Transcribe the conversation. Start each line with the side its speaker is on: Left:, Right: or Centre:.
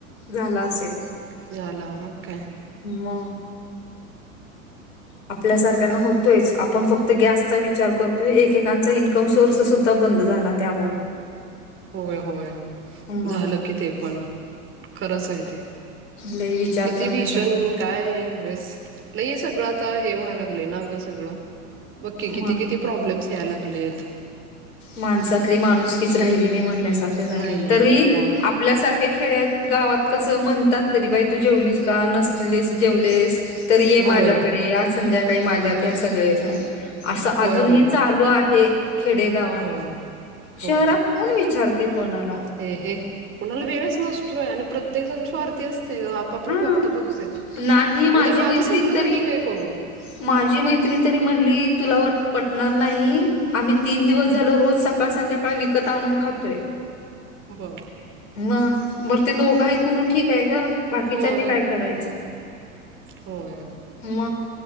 Left: झाला असेल.
Right: झाल मग काय
Left: मग,, आपल्यासारख्यांना होतोयच आपण फक्त गॅसचा विचार करतोय एकेकांचा ईनकम सोर्स सुद्धा. बंद झाला त्यामुळे.
Right: होय, होय
Left: मग
Right: झालं की ते पण खरंच आहे ते.
Left: लय विचार
Right: किती
Left: करण्यासारखे
Right: भीषण. काय नव्हेच लय सगळं आता हे व्हाय लागलंय ना गं सगळं त्या बघ की किती,
Left: मग
Right: किती, प्रॉब्लेम्स यायला लागलेत.
Left: माणसातली माणुसकीच राहिली नाही म्हणल्यासारख झाले
Right: राहिले
Left: तरीही
Right: नाही होय.
Left: आप आपल्यासारख्या खेड्यात गावात कसं म्हणतात तरी बाई तू जेवलीस का नसलीस जेवलेस. तर ये
Right: होय
Left: माझ्याकडे आज संध्याकाळी माझ्यात या सगळे जण असं
Right: होय
Left: अजूनही
Right: होय
Left: चालू आहे खेडेगावात.
Right: <unintelligible> होय
Left: शहरात कोण विचारतय कोणाला?
Right: हे हे कुणाला वेळच नसतोय, आणि प्रत्येक जण स्वार्थी असतय ग आप पापलं
Left: हा
Right: फक्त बघत्यात,,
Left: नाही माझी
Right: उद्या
Left: मैत्रीण
Right: माझं संपलं
Left: तरी
Right: तर मी काय करू?
Left: माझी मैत्रिणी तरी म्हणली, तुला पटणार नाही आम्ही तीन दिवस झालो रोज स काळ संध्याकाळ विकत आणून खातोय.
Right: बघ.
Left: म बरं ते दोघं आहेत म्हणून ठीक आहे गं बाकीच्यांनी
Right: होय
Left: काय करायचं?
Right: होय!
Left: म